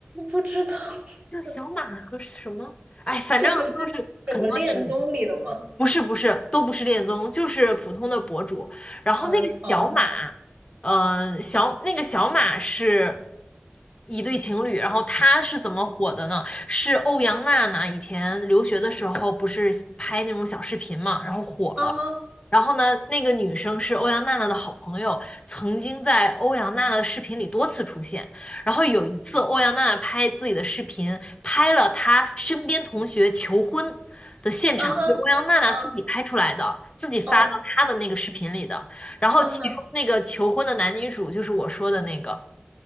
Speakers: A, on the right; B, on the left.
A: 不知道 <laughs>
B: 叫小马和什么？哎，反正都是很多年。
A: 这个是什么恋综里的吗？
B: 不是不是，都不是恋综，就是普通的博主。然后那个小马，
A: 嗯，哦，
B: 嗯、小那个小马是一对情侣，然后他是怎么火的呢？是欧阳娜娜以前留学的时候不是拍那种小视频嘛，然后火了。
A: 啊哈，
B: 然后呢，那个女生是欧阳娜娜的好朋友，曾经在欧阳娜娜的视频里多次出现。然后有一次，欧阳娜娜拍自己的视频，拍了她身边同学求婚。的现场，
A: 啊哈，
B: 就欧阳娜娜自己拍出来的，
A: 嗯
B: 自己发到她的那个视频里的。
A: 嗯哦
B: 然后其中那个求婚的男女主就是我说的那个，
A: 嗯哈，